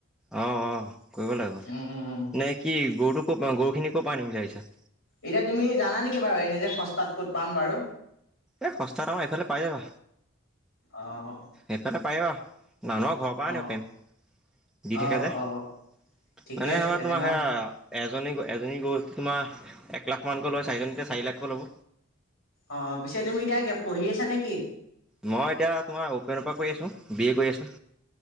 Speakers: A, in the centre; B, on the left (about 85°).
A: অ' অ' কৰিব লাগিব।
B: উম, উম।
A: নে কি গৰুটো ক'ৰ গৰুখিনি ক'ৰ পৰা আনিম বুলি ভাবিছা?
B: এতিয়া তুমি জানা নেকি বাৰু এনে যে সস্তাত ক'ত পাম বাৰু?
A: এই সস্তাত আমাৰ এইফালে পাই যাবা,
B: অ',
A: এইফালে পাই যাবা মানুহৰ ঘৰৰ পৰা
B: অ'।
A: আনিব পাৰিম। দি
B: অ',
A: থাকে যে
B: অ',
A: মানে
B: ঠিকে আছে
A: সেই আমাৰ
B: তেনে
A: তোমাৰ
B: ন?
A: সেয়া এজনী গ এজনী গৰু তোমাৰ এক লাখমানানকৈ লয় চাৰিজনীতে চাৰি লাখকৈ ল'ব।
B: অ পিছে তুমি এতিয়া পঢ়ি আছা নে কি?
A: মই এতিয়া তোমাৰ অ'পেনৰ পৰা কৈ আছো, বি এ কৰি আছো।